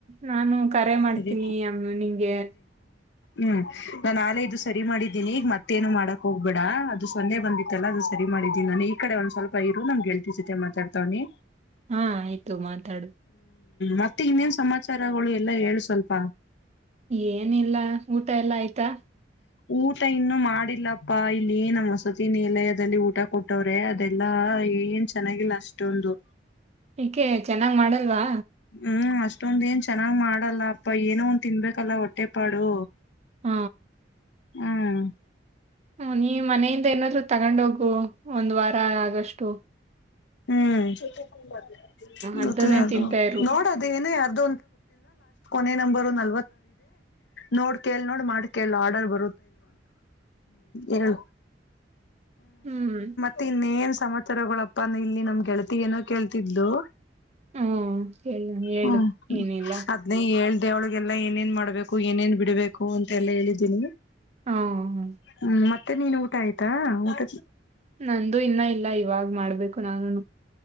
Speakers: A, on the right; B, on the left.
A: ನಾನು ಕರೆ ಮಾಡ್ತೀನಿ
B: ಇದೆ
A: ಅಮ್ಮ ನಿಂಗೆ,
B: ಯ <unintelligible> <unintelligible> ನಾನೇ ಇದು ಸರಿ ಮಾಡಿದ್ದೀನಿ ಈಗ ಮತ್ತೆ, <unintelligible> ಮತ್ತೇನು ಮಾಡಕ್ ಹೋಗ್ಬೇಡ ಅದು ಸೊನ್ನೆ ಬಂದಿತ್ತಲ್ಲ ಅದು ಸರಿ ಮಾಡಿದೀನಿ ನಾನು ಈ ಕಡೆ ಒಂದ್ ಸ್ವಲ್ಪ ಇರು ನಮ್ಮ ಗೆಳತಿ ಜೊತೆ ಮಾತಾಡ್ತವನಿ.
A: ಹಾ ಆಯ್ತ ಯ್ತು ಮಾತಾಡು.
B: ಮತ್ತೆ ಇನ್ನೇನ್ ಸಮಾಚಾರಗಳು ಎಲ್ಲಾ ಹೇಳಿ ಸ್ವಲ್ಪ,
A: ಏನಿಲ್ಲ ಊಟ ಎಲ್ಲ ಆಯ್ತಾ,
B: ಊಟ ಇನ್ನು ಮಾಡಿಲ್ಲಪ್ಪಾ ಇಲ್ಲಿ ನಮ್ಮ ವಸತಿ ನಿಲಯದಲ್ಲಿ ಊಟ ಕೊಟ್ಟವ್ರೆ ಅದೆಲ್ಲಾ ಏನ್ ಚೆನ್ನಾಗಿಲ್ಲ ಅಷ್ಟೊಂದು,
A: ಏಕೆ ಚೆನ್ನಾಗ್ ಮಾಡಲ್ವಾ,
B: ಹ್ಮ್ ಅಷ್ಟೊಂದ ಏನ್ ಚೆನ್ನಾಗ್ ಮಾಡಲ್ಲ ಅಪ್ಪ ಏನೋ ಒಂದ್ ತಿನ್ಬೇಕಲ್ಲ ಹೊಟ್ಟೆ ಪಾಡು.
A: ಹ
B: ಹು <unintelligible>
A: ಹು ನೀ ಮನೆಯಿಂದ ಏನಾದ್ರು ತಗೊಂಡ್ ಹೋಗು ಒಂದ್ ವಾರ ಆಗ ಆಗಸ್ಟು,
B: ಹೂ <unintelligible> <inaudible> <unintelligible> <inaudible>
A: ಅದನ್ನೇ
B: ಗೊತ್ತಿಲ್ಲ ಯಾದೋ
A: ತಿಂತಾ ಇರು
B: ನೋಡದೇ ಏನ ಯ <unintelligible> ಗ ನ ನ ನೋ ಕ ನೋ ಮಾಡ ಕ ಆಡ ಬ ಇ ಹ
A: ಹ್ಮ್
B: ಮ ಇನ್ನೇನ್ ಸಮಚರಗಳಪ್ಪಾನ ಇಲ್ಲಿ ನಮ್ಗೆ ಗೆಳತಿ ಏನೋ ಕೇಳ್ತಿದ್ದು
A: ಹ್ಮ್ ಹೇಳು ಹೇಳು
B: ಹ್ಮ
A: ಏನಿಲ್ಲ
B: ಅದ್ನೇ ಹೇಳ್ <inaudible> ದೇ ಅವಳಿಗೆಲ್ಲ ಏನೇನ್ ಮಾಡ್ಬೇಕು ಏನೇನ್ ಬಿಡ್ಬೇಕು ಅಂತ ಎಲ್ಲಾ ಹೇಳಿದ್ದೀನಿ
A: ಹ್ಮ್
B: ಹ್ಮ್ ಮತ್ತೆ ಮತ್ತೆ ನೀನು ಊಟ ಆಯ್ತಾ ಊಟ
A: ನಂದು ಇನ್ನ ಇ ಇಲ್ಲ ಇವಾಗ್ ಮಾಡ್ಬೇಕು ನಾನು